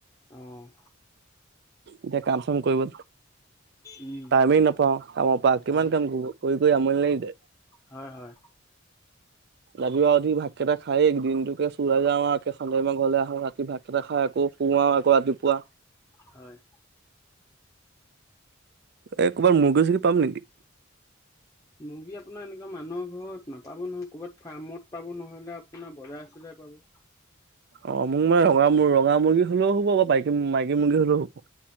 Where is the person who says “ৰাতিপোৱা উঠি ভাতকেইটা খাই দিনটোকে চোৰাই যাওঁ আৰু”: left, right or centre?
Right